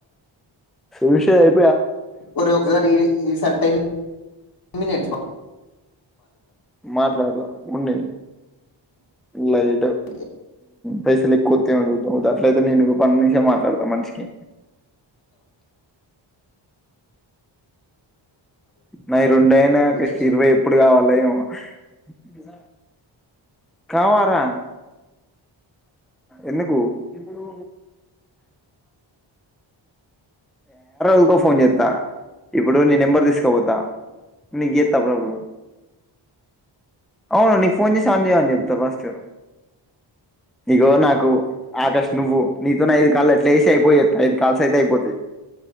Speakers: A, in the centre; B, on the left.
A: సుషేడ్
B: ఒరి ఒకసారి ఈ సారి టెన్ మినట్స్ వ
A: మాట్లాడదా ఉన్నయ్ లేైట
B: పట్ల.
A: పైసలు కొతేతు ఉదా అట్లయితే నేను పని నిసే మాట్లాడతా మనిషకి న రెండ అయినా
B: పెరుగుతాయి
A: షీర్వ
B: చూ
A: ఎప్పుడు కావాల ఏమో జా కావారా ఎందుకు ఏ కో ఊకె ఫోన్ చేత ఇప్పుడు నీ నెంబర్ తీసుకపోతా నీకు చేతప్పుడప్పుడు అవును నీకు ఫోన్ చేసి అంజి అని చెప్తా ఫస్ట్ ఇగో నాకు ఆకాష్ నువ్వు నీతోన ఐదు కాలు ఎట్లా ఏసి అయిపోయద్ ఐదు కాల్స్ అయితే అయిపోతాయి